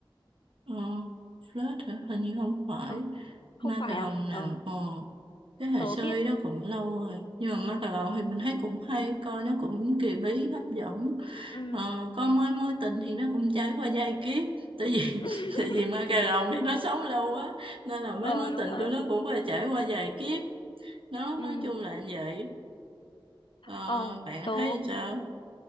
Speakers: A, on the right; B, on the left.
A: Ờ, Flirt hả? Hình như không phải.
B: ừ không
A: Ma
B: phải
A: cà
B: à
A: rồng nào?
B: ờ
A: Ờ, cái hệ
B: tớ
A: sơ
B: biết
A: y đó cũng lâu rồi. Nhưng mà ma cà rồng thì mình thấy cũng hay. Coi nó cũng kỳ bí, hấp dẫn.
B: ừ
A: Ờ, coi mối mối tình thì nó cũng trải qua giai kiếp. Tại vì,
B: <laughs>
A: <laughs> tại vì ma cà rồng thì nó sống lâu quá. Nên là mấy
B: ờ
A: mối
B: đúng
A: tình
B: rồi
A: của nó cũng phải trải qua vài kiếp. Nó nói
B: ừ
A: chung là như vậy. Ờ,
B: ờ
A: bạn
B: tớ
A: thấy sao?